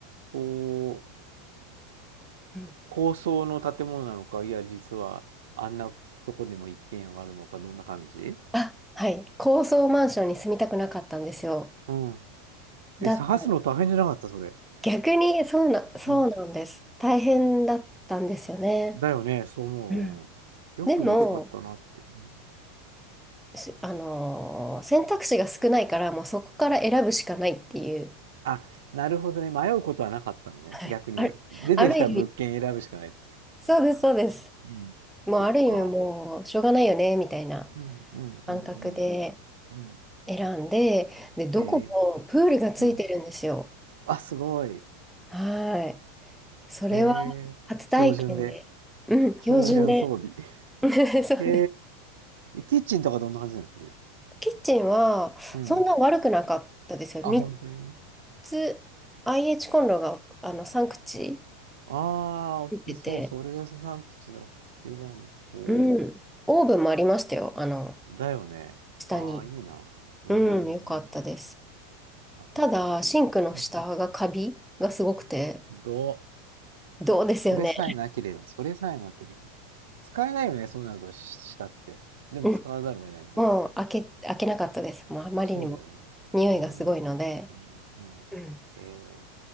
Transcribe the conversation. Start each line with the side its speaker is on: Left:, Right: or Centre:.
Right: こう、
Centre: うん。
Right: 高層の建物なのか、いや、実は、あんなとこでも一軒家があるのか、どんな感じ
Centre: あ、はい。高層マンションに住みたくなかったんですよ。
Right: うん。
Centre: だから
Right: え、探すの大変じゃなかった、それ。
Centre: 逆にそうな、そうなんです。
Right: うん。
Centre: 大変だったんですよね。
Right: だよね、そう思う。
Centre: うん。
Right: うん。よく見つかったなって。
Centre: でも、
Right: うん
Centre: しあのー選択肢が少ないから、もうそこから選ぶしかないっていう。
Right: あ、なるほどね。迷うことはなかったのね。
Centre: はい。
Right: 逆に。
Centre: ある、
Right: 出てきた物件選ぶしかない。
Centre: ある意味、そうです、そうです。
Right: うん。
Centre: もうある意味もうしょうがないよね、
Right: そっか。
Centre: みたいな
Right: うんうんうんうん。
Centre: 感覚で
Right: うん。
Centre: 選んで、で、どこもプールがついてるんですよ。
Right: へえー、うん。あ、すごい。へ
Centre: はい。それは
Right: え。
Centre: 初体験で、
Right: 標準で。
Centre: うん、
Right: 標準装備。
Centre: 標準で。<laughs> そうね
Right: へえ。キッチンとかどんな感じなのそれで。
Centre: キッチンはそんな悪くなかったですよ。
Right: うん。あ、
Centre: 3
Right: 本当に。
Centre: つ IH コンロがあの3口
Right: ああ、大きそう。
Centre: ついてて、
Right: それが3口だって何こ
Centre: うん。オーブンもありましたよ。あの、
Right: う。だよね。
Centre: 下に。
Right: ああ、いいな。うーん。
Centre: うん、よかったです。
Right: あ、
Centre: ただ、
Right: 本当に。
Centre: シンクの下がカビがすごくて、
Right: うん。どう
Centre: どうですよね。
Right: それさえなければ、それさえなければ。使えないよね、そうなるとししたって。でも使わざるを得ないのかな。
Centre: うん。もう開け、開けなかったです。もうあまりにも匂いがすごいので。
Right: そうだよね。うーん。うん。うん。
Centre: うん。
Right: えー、